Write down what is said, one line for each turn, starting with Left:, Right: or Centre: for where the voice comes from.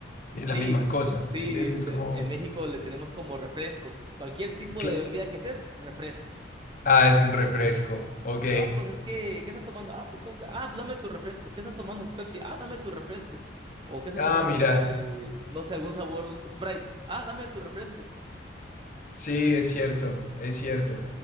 Left: Es
Right: Sí,
Left: la misma cosa, ¿me
Right: sí,
Left: entendés?
Right: de-
Left: Es como...
Right: en México le tenemos como refresco. Cualquier tipo
Left: cla-
Right: de bebida que seas, refresco.
Left: Ah, es un refresco. Ok.
Right: Dice, no, pues es que, ¿qué estás tomando? Ah, pues Coca. Ah, pues dame tu refresco. ¿Qué estás tomando? Pepsi. Ah, dame tu refresco. O ¿qué estás
Left: Ah,
Right: tomando?
Left: mira.
Right: Eh, no sé, algún sabor Sprite. Ah, dame tu refresco.
Left: Sí, es cierto, es cierto.